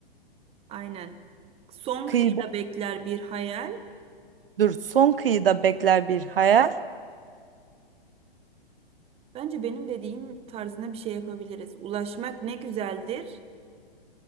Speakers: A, on the right; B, on the right.
A: Aynen. Son
B: Kıyı
A: kıyıda bekler bir hayal.
B: Dur son kıyıda bekler bir hayal.
A: Bence benim dediğim tarzına bir şey yapabiliriz. Ulaşmak ne güzeldir.